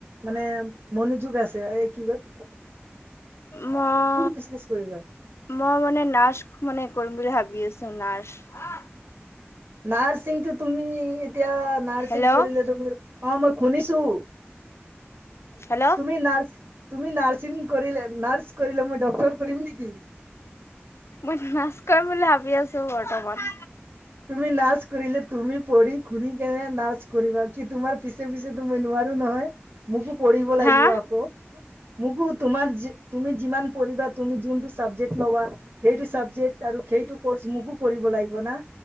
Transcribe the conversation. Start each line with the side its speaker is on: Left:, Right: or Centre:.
Right: মানে মনোযোগ আছে, এই কি কই
Left: মই
Right: বিজনেচ কৰিবা
Left: মই মানে নাচ মানে কৰিম বুলি ভাবি আছোঁ, নাৰ্চ।
Right: নাৰ্ছিংটো তুমি এতিয়া নাৰ্ছিং
Left: হেল্ল'
Right: কৰিলে তুমি, অ' মই শুনিছো।
Left: হেল্ল'।
Right: তুমি নাৰ তুমি নাৰ্চিং কৰিলে, নাৰ্চ কৰিলে মই ডক্টৰ কৰিমি নেকি?
Left: মই নাৰ্চ কৰিম বুলি ভাবি আছোঁ বৰ্তমান।
Right: তুমি নাচ কৰিলে তুমি পঢ়ি খুনি কেনে নাচ কৰিবা, কি তোমাৰ পিছে পিছে তুমি নোৱা নহয় মোকো পঢ়িব লাগিব।
Left: হা
Right: আকৌ মোকো তোমাৰ যি তুমি যিমান পঢ়িবা, তুমি যোনটো ছাবজেক্ট লবা সেইটো চাবজেক্ট আৰু সেইটো কৰ্চ মোকো কৰিব লাগিব না।